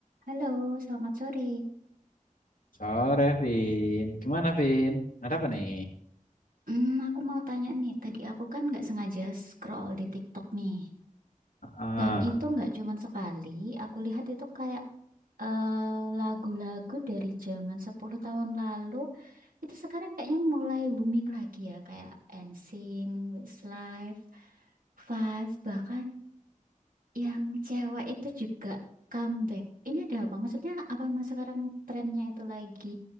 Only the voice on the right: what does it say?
Halo, selamat sore.
Hmm, aku mau tanya nih, tadi aku kan nggak sengaja scroll di TikTok nih.
Dan itu nggak cuman sekali, aku lihat itu kayak eh, lagu-lagu dari zaman 10 tahun lalu, itu sekarang kayaknya mulai booming lagi ya, kayak NSYNC, Westlife, Five, bahkan yang cewek itu juga comeback. Ini ada apa? Maksudnya apa memang sekarang trennya itu lagi